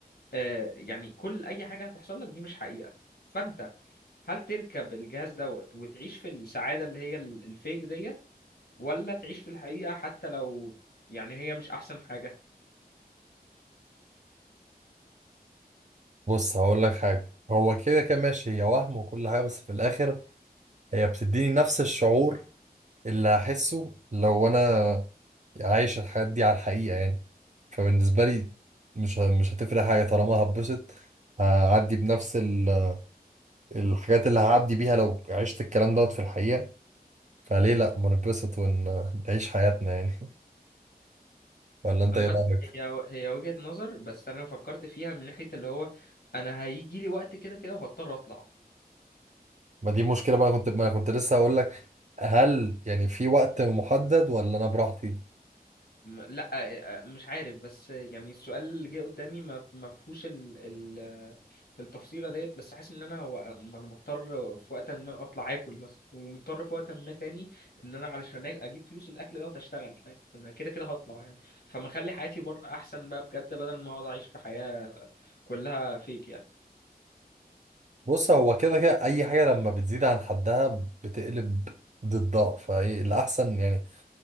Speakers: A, on the left; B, on the right.
A: آه يعني كل أي حاجة هتحصل لك دي مش حقيقة فأنت هل تركب الجهاز دوت وتعيش في السعادة اللي هي ال- الفيك ديت ولا تعيش في الحقيقة حتى لو يعني هي مش أحسن حاجة
B: بص هقول لك حاجه هو كده كده ماشي هي وهم وكل حاجه بس في الاخر هي بتديني نفس الشعور اللي هحسه لو انا عايش الحياه دي على الحقيقه يعني فبالنسبه لي مش ه- مش هتفرق حاجه طالما هتبسط هعدي بنفس ال- الحاجات اللي هعدي بيها لو عشت الكلام دوت في الحقيقه فليه لا ما نتبسط ونعيش حياتنا يعني <laughs> ولا انت
A: عامة
B: ايه رايك
A: هي هي وجهة نظر بس انا فكرت فيها من ناحية اللي هو انا هيجي لي وقت كده كده وهضطر اطلع
B: ما دي مشكلة بقى كنت ما كنت لسه هقول لك هل يعني في وقت محدد ولا انا براحتي
A: م- لا آه، آه، مش عارف بس يعني السؤال اللي جه قدامي ما ما فيهوش ال ال التفصيلة ديت بس حاسس ان انا هو ما انا مضطر في وقت ما اطلع اكل مثلا ومضطر في وقت ما تاني ان انا علشان أج- اجيب فلوس الاكل ده واشتغل فاهم انا كده كده هطلع يعني فما اخلي حياتي بره احسن بقى بجد بدل ما اقعد اعيش في حياة كلها فيك يعني
B: بص هو كده كده اي حاجة لما بتزيد عن حدها بتقلب ضدها فهي الاحسن يعني